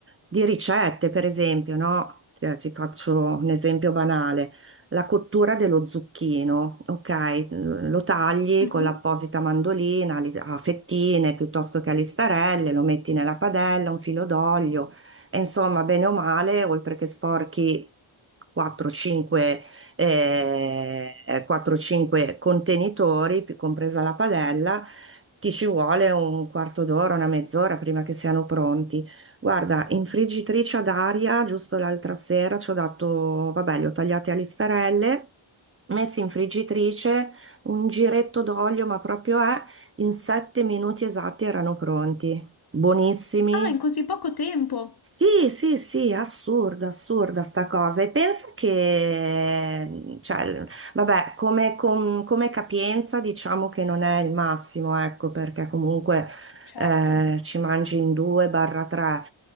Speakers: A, on the right (about 25°); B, on the left (about 50°).
A: di ricette, per esempio, no? Eh, Ti faccio un esempio banale. La cottura dello zucchino, ok? Lo tagli
B: Mhm.
A: con l'apposita mandolina li- a fettine piuttosto che a listarelle, lo metti nella padella, un filo d'olio, e insomma, bene o male, oltre che sporchi 4-5 eh, 4-5 contenitori, pi- compresa la padella, ti ci vuole un quarto d'ora, una mezz'ora prima che siano pronti. Guarda, in friggitrice ad aria, giusto l'altra sera ci ho dato, vabbè, li ho tagliati a listarelle, messi in friggitrice, un giretto d'olio, ma proprio è, in sette minuti esatti erano pronti. Buonissimi,
B: Ah, in così poco tempo.
A: sì, sì, sì, assurda, assurda sta cosa. E pensa che, mhmm, cioè, vabbè, come, com- come capienza diciamo che non è il massimo, ecco, perché comunque
B: Certo,
A: eh, ci mangi in due barra tre.